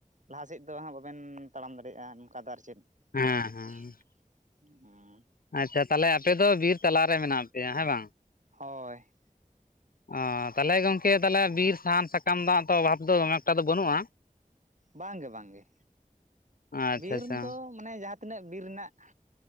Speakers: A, on the right; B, on the left.
A: ᱞᱟᱦᱟ ᱥᱮᱫ ᱫᱚ ᱦᱟᱜ ᱵᱟᱵᱮᱱ ᱛᱟᱲᱟᱢ ᱫᱟᱲᱮᱭᱟᱜᱼᱟ ᱱᱚᱝᱠᱟ ᱫᱚ ᱟᱨ ᱪᱮᱫ᱾ <unintelligible>
B: ᱦᱮᱸ ᱦᱮᱸ ᱟᱪᱪᱷᱟ ᱛᱟᱦᱚᱞᱮ ᱟᱯᱮ ᱫᱚ ᱵᱤᱨ ᱛᱟᱞᱟᱨᱮ ᱢᱮᱱᱟᱜ ᱯᱮᱭᱟ ᱦᱮᱸ ᱵᱟᱝ?
A: ᱦᱳᱭ <unintelligible>
B: ᱚᱸ ᱛᱟᱦᱚᱞᱮ ᱜᱚᱝᱠᱮ ᱛᱟᱦᱚᱞᱮ ᱵᱤᱨ ᱥᱟᱦᱟᱱ ᱥᱟᱠᱟᱢ ᱫᱚ ᱦᱟᱸᱜ ᱛᱚ ᱚᱵᱷᱟᱵ ᱫᱚ ᱫᱚᱱᱮ ᱮᱠᱴᱟ ᱫᱚ ᱵᱟᱹᱱᱩᱜᱼᱟ᱾
A: ᱵᱟᱝ ᱜᱮ, ᱵᱟᱝ ᱜᱮ᱾
B: ᱟᱪᱪᱷᱟ
A: ᱵᱤᱨ
B: ᱟᱪᱪᱷᱟ
A: ᱫᱚ ᱢᱟᱱᱮ ᱡᱟᱦᱟᱸ ᱛᱤᱱᱟᱹᱜ ᱵᱤᱨ ᱨᱮᱱᱟᱜ